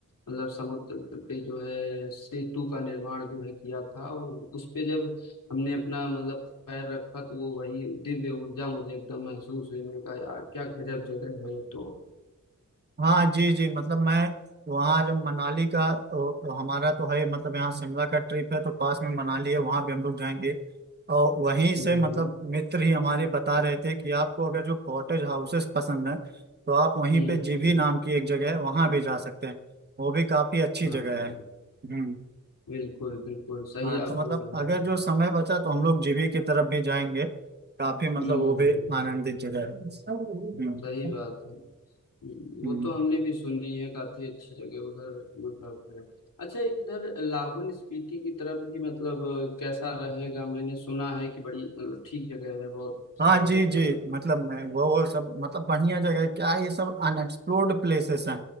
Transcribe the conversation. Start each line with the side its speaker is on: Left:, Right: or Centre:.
Left: मतलब समुद्र पे जो है सेतु का निर्माण जो है किया था और उस पे जब हमने अपना मतलब पैर रखा तो वो वही दिव्य ऊर्जा मुझे एकदम महसूस हुई मैंने कहा यार क्या गजब जगह है तो
Right: हाँ जी जी मतलब मैं वहाँ जब मनाली का ओ, हमारा तो है मतलब यहाँ शिमला का ट्रिप है तो पास में मनाली है वहाँ भी हम लोग जाएंगे और वहीं से
Left: हम्म
Right: मतलब मित्र ही हमारे बता रहे थे कि आपको अगर जो कॉटेज हाउसेस पसंद है तो आप वहीं
Left: हम्म
Right: पे जीभी
Left: हम्म,
Right: नाम की एक जगह है वहाँ भी जा सकते हैं वो भी काफ़ी अच्छी
Left: हाँ
Right: जगह
Left: हाँ,
Right: है हम्म
Left: बिल्कुल बिल्कुल सही
Right: हाँ
Left: आप
Right: तो मतलब
Left: बोल रहे
Right: अगर
Left: हैं
Right: जो समय बचा तो हम लोग जीभी की तरफ भी जाएंगे काफ़ी मतलब
Left: हम्म
Right: वो भी आनंदित जगह है हम्म
Left: सही
Right: हम्म।
Left: बात है हम्म, वो
Right: हम्म।
Left: तो हमने भी सुनी है काफी अच्छी जगह उधर मतलब है अच्छा इधर लाहौल स्पीति की तरफ भी मतलब अ, कैसा रहेगा मैंने सुना है कि बड़ी मतलब, ठीक जगह है बहुत
Right: हाँ
Left: सही
Right: जी
Left: रहता
Right: जी
Left: है उधर
Right: मतलब मैं वो वो सब मतलब बढ़िया जगह है क्या है, ये सब अनएक्सप्लोर्ड प्लेसेस हैं